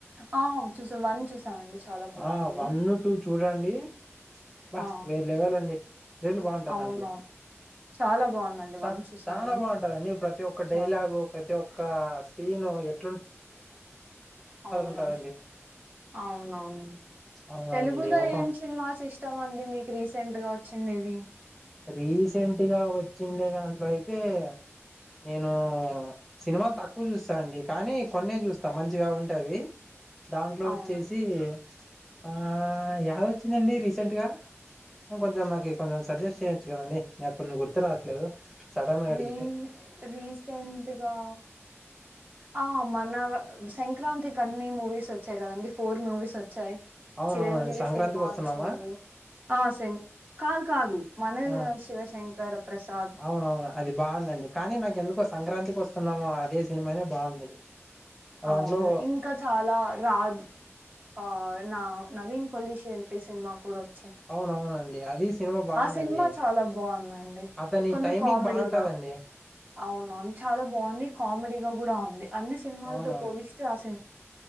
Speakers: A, on the right; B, in the centre.
A: ఆ చూసా వన్ చూసాను అండి చాలా బాగుంది
B: ఆ వన్ టూ చూడండి బ
A: ఆ
B: వేరే లెవలండి త్రిల్ బాగుంటది
A: అవునవును
B: దాంట్లో.
A: చాలా బాగుందండి
B: చ
A: వన్ చూసాను
B: చాలా బాగుంటదండి ప్రతి ఒక్క
A: చాలా
B: డైలాగు. అతే ఒక్క సీను ఎట్
A: అవును
B: ఉంటదండి
A: అవునవును
B: అవునవునండి
A: తెలుగులో
B: ఒక
A: ఏం సినిమాస్ ఇష్టం అండి మీకు రీసెంట్ గా వచ్చిండేవి.
B: రీసెంట్ గా వచ్చిండే దాంట్లో అయితే నేను సినిమాలు తక్కువ చూస్తా అండి. కానీ కొన్నే చూస్తా. మంచిగా ఉంటే అవి దాంట్లో
A: అవును
B: వచ్చేసి ఆ యాదో వచ్చిందండి రీసెంట్ గా కొంచెం నాకి కొంచెం సజెస్ట్ చేయచ్చు కద అండి నా కొన్ని రావట్లేదు సడన్ గా
A: రీ
B: అడిగితే
A: రీసెంట్గా ఆ మన సంక్రాంతికి అన్ని మూవీస్ వచ్చాయి. కదండి ఫోర్ మూవీస్ వచ్చాయి.
B: అవునవునండి
A: చిరంజీవి
B: సంక్రాంతికి
A: సినిమా
B: వస్తున్నామా
A: వచ్చింది ఆ కాదు కాదు మన
B: ఆ
A: శివశంకర ప్రసాద్
B: అవునవును అది బాగుందండి కానీ నాకు ఎందుకో స్ సంక్రాంతికి వస్తున్నాము అదే సినిమానే బాగుంది
A: అవును
B: దాంట్లో
A: ఇంకా చాలా రాజ్ ఆ నా నవీన్ పొల్యూషన్ ఏంటి సినిమా కూడా వచ్
B: అవునవునండి అది సినిమా బాగుందండి
A: సినిమా చాలా బాగుందండి
B: అతని
A: కొంచెం
B: టైమింగ్
A: కామెడీగా
B: బాగుంటదండి
A: అవునవును చాలా బాగుంది కామెడీ గా కూడా ఉంది. అన్ని సినిమాలతో
B: అవునవును
A: పోలిస్తే ఆ సిన్